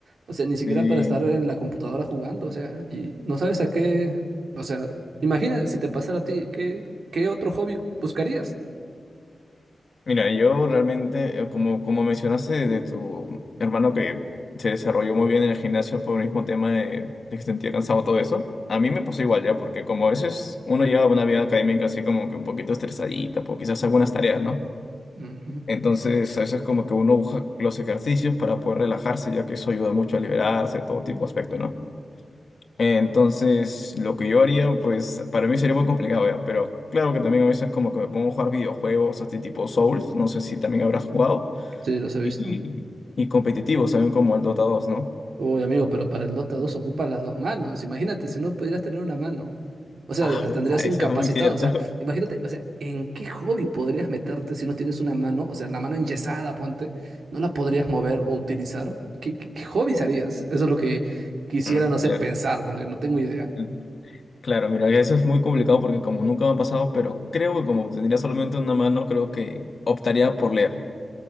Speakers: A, on the right; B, on the left.
A: o sea, ni siquiera
B: sí.
A: para estar en la computadora jugando, o sea, y no sabes a qué, o sea, imagina si te pasara a ti, ¿qué, qué otro hobby buscarías?
B: Mira, yo realmente, eh, como, como mencionaste de tu hermano que se desarrolló muy bien en el gimnasio por el mismo tema de, de que se sentía cansado todo eso, a mí me pasó igual ya, porque como a veces uno lleva una vida académica así como que un poquito estresadita, por quizás algunas tareas, ¿no?
A: Ujú,
B: Entonces, a veces como que uno busca los ejercicios para poder relajarse, ya que eso ayuda mucho a liberarse, todo tipo de aspecto, ¿no? Entonces, lo que yo haría, pues para mí sería muy complicado, ¿ya? Pero claro que también a veces como que me pongo a jugar videojuegos, así tipo Souls, no sé si también habrás jugado,
A: Sí, los he visto.
B: y, y competitivos también como el Dota 2, ¿no?
A: Uy, amigo, pero para el Dota 2 ocupas las dos manos. Imagínate si no pudieras tener una mano. O sea,
B: Ah,
A: las
B: verdad,
A: tendrías incapacitadas.
B: eso es muy cierto.
A: O sea,
B: <laughs>
A: imagínate, o sea, ¿en qué hobby podrías meterte si no tienes una mano? O sea, la mano enyesada, ponte, no la podrías mover o utilizar. ¿Qué, qué, qué hobbies harías? Eso es lo que quisiera,
B: Mm.
A: no sé,
B: Claro.
A: pensar, porque no tengo idea.
B: Mm. Claro, mira, eso es muy complicado porque como nunca me ha pasado, pero creo que como tendría solamente una mano, creo que optaría por leer,